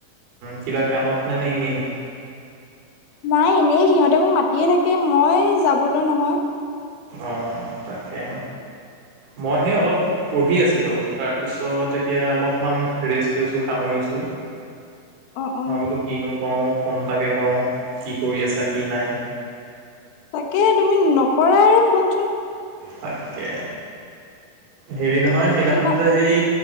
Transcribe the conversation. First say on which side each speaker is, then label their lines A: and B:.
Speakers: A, on the right; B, on the left.
A: কিবা কামতনে নে এনেই?
B: নাই এনেই, সিহঁতে মোক মাতিয়ে থাকে, মই যাবলৈ নহয়।
A: অ তাকে, মই সেই অলপ পঢ়ি আছিলো, তাৰপিছত এতিয়া অলপমান ৰেষ্ট লৈছোঁ সামৰিছো।
B: অ অ
A: মই বোলো কিনো কৰো ফোন তাকে কৰো কি কৰি আছা, কি নাই?
B: তাকে তুমি নকৰা আৰু ফোন-চোন।
A: তাকে হেৰি নহয় সেইদিনাখন
B: কিবা
A: যে হেই